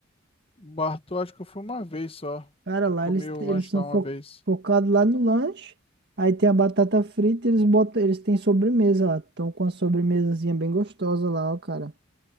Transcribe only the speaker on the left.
Bartô, acho que eu fui uma vez só.
Eu comi
o
lanche
lá
uma vez.